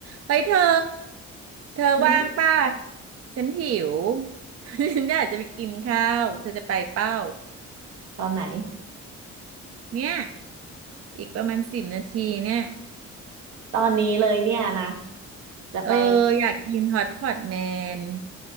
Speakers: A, on the right; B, on the right.
A: เฮ้ยเธอ เธอว่างป่ะ
B: หืม
A: ฉันหิว <laughs> ฉันอยากจะไปกินข้าวเธอจะไปเป้า
B: ตอนไหน
A: เนี่ยอีกประมาณสิบนาทีเนี่ย
B: ตอนนี้เลยเนี่ยนะจะไป
A: เอออยากกินฮอตพอตแมน